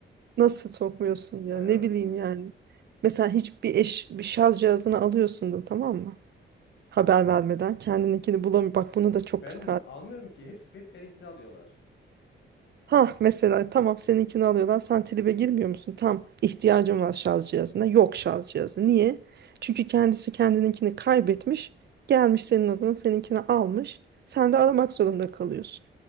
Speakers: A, on the right (about 55°); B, on the left (about 70°).
A: Nasıl sokmuyorsun ya
B: Bayağı.
A: ne bileyim yani. Mesela hiçbir eş bir şarj cihazını alıyorsun da tamam mı? Haber vermeden kendininkini bulamıyor. Bak bunu da çok
B: Ben
A: kız
B: mi? Almıyorum ki. Hepsi hep benimkini alıyorlar.
A: Ha mesela tamam seninkini alıyorlar. Sen tribe girmiyor musun? Tam ihtiyacım var şarj cihazına. Yok şarj cihazı. Niye? Çünkü kendisi kendininkini kaybetmiş. Gelmiş senin odana seninkini almış. Sen de aramak zorunda kalıyorsun.